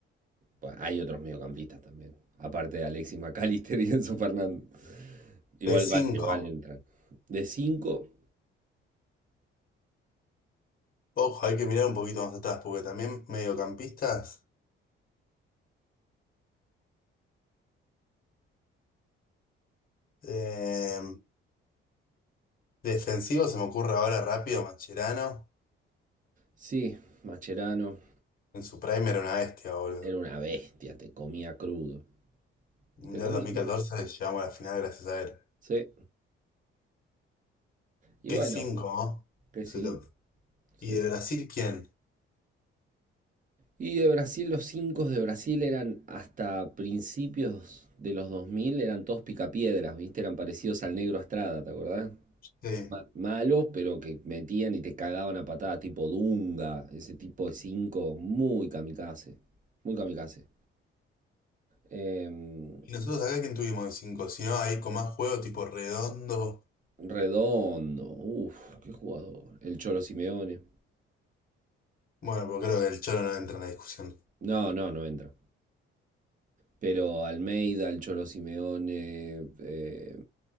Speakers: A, on the right; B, on the left.
A: Pues hay otros mediocampistas también, aparte de Alexis McAllister y Enzo Fernández. Igual
B: De cinco,
A: van, igual entran. De 5
B: ojo, hay que mirar un poquito más atrás, porque también mediocampistas, eh, defensivos, se me ocurre ahora rápido, Mascherano,
A: sí, Mascherano
B: en su prime era una bestia, boludo.
A: era una bestia, te comía crudo.
B: Mundial
A: Te comía
B: dos mil
A: crudo.
B: catorce llegamos a la final gracias a él.
A: Sí. Y
B: Qué
A: bueno,
B: cinco, ¿no?
A: que sí,
B: Se lo- ¿Y
A: sí.
B: de Brasil quién?
A: Y de Brasil, los 5 de Brasil eran hasta principios de los dos mil eran todos picapiedras, ¿viste? Eran parecidos al Negro Estrada, ¿te acordás?
B: Sí.
A: Ma- malos, pero que metían y te cagaban a patada, tipo Dunga, ese tipo de 5 muy kamikaze, muy kamikaze. Em,
B: ¿Y nosotros acá quién tuvimos de cinco? Si no, ahí con más juego tipo redondo.
A: Redondo, ¡uf! qué jugador. El Cholo Simeone.
B: Bueno, pero creo que el Cholo no entra en la discusión.
A: No, no, no entra. Pero Almeida, el Cholo Simeone, eh,